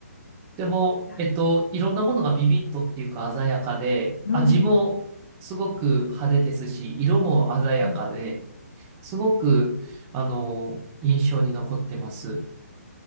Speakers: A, on the right; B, on the left.
A: でも、
B: や、
A: えっと、いろんなものがビビッとっていうか鮮やかで、
B: うん、
A: 味もすごく派手ですし、
B: うん、
A: 色も鮮やかで、
B: うん。
A: すごく、あの、印象に残ってます。